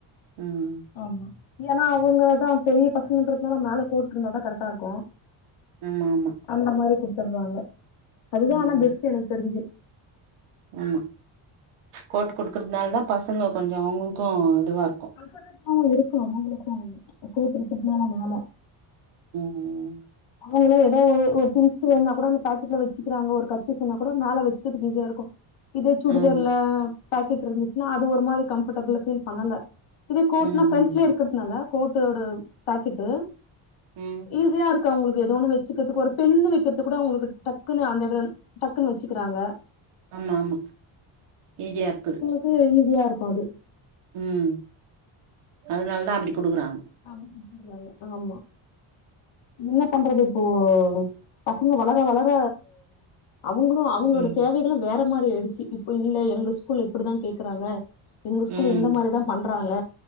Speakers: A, on the right; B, on the left.
A: ம்
B: ஆமா ஏன்னா அவங்கதான் பெரிய பசங்கன்றதுனால மேல கோட்டு இருந்தா தா கரெட்டா இருக்கு
A: ஆமா ஆமா
B: அந்த மாரி குட்த்துர்றாங்க அதுதா
A: ம்
B: ஆனா பெஸ்ட் எனக்கு தெருஞ்சி
A: ஆமா கோட்டு கொடுக்கர்துனால தா பசங்க கொஞ்சோ அவுங்குளுக்கும் இதுவாருக்
B: <unintelligible> இருக்கும் அவுங்குளுக்கும் கூட்டு இருக்கற்னால மேல
A: ம் ம்
B: அவுங்ளே எதாவது ஒரு திங்க்ஸ் வேண்ணா கூட அந்த பாக்கெட்ல வச்சுக்கிறாங்க ஒரு கர்சிப் சொன்னா கூட மேல வெச்சுக்கற்துக்கு ஈஸியாருக்கும் இதே சுடிதர்ல
A: ஆமா
B: பாக்கெட்ருந்துச்னா அது ஒரு மாரி கம்ஃபர்டபுளா ஃபீல் பண்ணல இதே கோட்ன
A: ம்
B: ஃபிரண்ட்லே
A: ம்
B: இருக்கர்துனால கோட்டோட பாக்கெட்டு
A: ம்
B: ஈஸியாருக் க்கு அவுங்குளுக்கு ஏதோன்னு வெச்சுக்கற்துக்கு ஒரு பெண்ணு வைக்கர்துக் கூட அவுங்குளுக்கு டக்குன்னு அந்த ட்ரெ டக்குன்னு வெச்சுக்குறாங்க
A: ஆமா ஆமா ஈஜியார்க்குது
B: கு ஈஸியாருக்கும் அது
A: ம் அதுனால தா அப்டி குடுக்குறாங்க
B: ஆமா துப்பிடுவாங்க ஆமா இன்ன பண்றது இப்போ பசங்க வளர வளர அவுங்குளு அவுங்ளோட
A: ம்
B: தேவைகளு வேற மாரி ஆய்டுச்சி இப்ப இல்ல எங்க ஸ்கூல்ல இப்புடிதா கேக்றாங்க எங்க ஸ்கூல்ல
A: ம்
B: இந்த மாரிதா பண்றாங்க